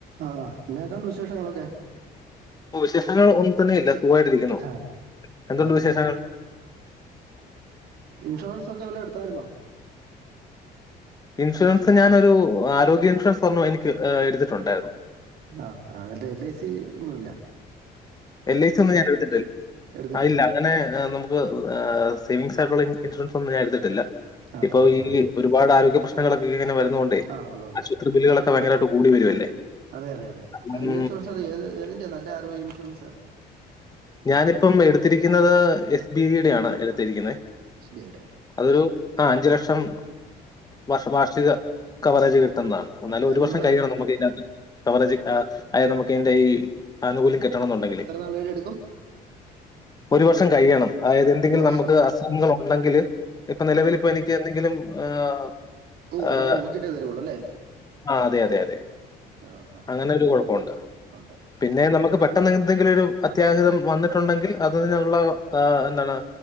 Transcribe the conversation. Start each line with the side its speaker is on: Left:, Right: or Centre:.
Right: ആഹ് എന്നാകൊണ്ട് വിശേഷങ്ങളൊക്കെ.
Left: ഓഹ് വിശേഷങ്ങൾ ഒന്നും തന്നെ ഇല്ല സുഖമായിട്ട് ഇരിക്കുന്നു,
Right: ആ
Left: എന്തുണ്ട്
Right: ആ
Left: വിശേഷങ്ങൾ?
Right: ആ ഇൻഷുറൻസ് ഒക്കെ വല്ലോ എടുത്തായിരുന്നോ?
Left: ഇൻഷുറൻസ് ഞാനൊരു ആരോഗ്യ ഇൻഷുറൻസ് തന്നോ എനിക്ക് എടുത്തിട്ടുണ്ടായിരുന്നു.
Right: ആഹ് എന്നിട്ട് എൽ ഐ സി ഒന്നുല്ല.
Left: എൽ ഐ സി ഒന്നും ഞാൻ എടുത്തിട്ടില്ല
Right: എടുത്തിട്ടില്ല
Left: ആഹ് ഇല്ല ആഹ് അങ്ങനെ നമ ആഹ് സേവിംഗ്സ് ആയിട്ടുള്ള ഇൻഷുറൻസ് ഒന്നും ഞാൻ എടുത്തിട്ടില്ല
Right: ആ
Left: ഇപ്പൊ
Right: ആ
Left: ഈ
Right: ആ
Left: ഒരുപാട് ആരോഗ്യ പ്രശ്നങ്ങളൊക്കെ ഇങ്ങനെ വരുന്ന കൊണ്ടേ
Right: ആ ഉള്ളതുണ്ട്
Left: ആശുപത്രി ബില്ലുകളൊക്കെ ഭയകരമായിട്ട് കൂടി വരുവല്ലേ
Right: അതെ അതെ അതെ
Left: ഉം
Right: ആരോഗ്യ ഇൻഷുറൻസ് അത് ഏത് ഏതിന്റെ നല്ല ആരോഗ്യ ഇൻഷുറൻസ്
Left: ഞാനിപ്പം എടുത്തിരിക്കുന്നത് എസ് ബി ഐയുടെ ആണ് എടുത്തിരിക്കുന്നതെ
Right: എസ് ബി ഐ ഡേ
Left: അതൊരു ആഹ് അഞ്ച് ലക്ഷം വർഷ വാർഷിക കവറേജ് കിട്ടുന്നതാണ് എന്നാലും
Right: അതെ അതിന്
Left: ഒരു വർഷം
Right: നമ്മൾ
Left: കഴിയണം നമുക്കീനാത്ത് കവറേജ് ആഹ് അയ് നമുക്ക് അതിൻ്റെ ഈ ആനുകൂല്യം കിട്ടണന്നുണ്ടെങ്കില്
Right: <unintelligible> എടുക്കും
Left: ഒരു വർഷം കഴിയണം അതായത് എന്തെങ്കിലും
Right: ഒരു വർഷം
Left: നമുക്ക് അസുഖങ്ങൾ ഉണ്ടെങ്കില് ഇപ്പൊ നിലവിലിപ്പോ എനിക്ക് എന്തെങ്കിലും ആഹ്
Right: ഓ അതൊക്കെ
Left: ആഹ്
Right: നോക്കിയിട്ടേ തരുള്ളൂ അല്ലേ
Left: അതെ അതെ അതെ
Right: ആ ആ ആ
Left: അങ്ങനെ ഒരു കുഴപ്പൊണ്ട്
Right: ഉണ്ട്
Left: പിന്നെ നമുക്ക് പെട്ടെന്ന് എന്തെങ്കിലും ഒരു അത്യാഹിതം വന്നിട്ടുണ്ടെങ്കിൽ അതിനുള്ള ആഹ് എന്താണ്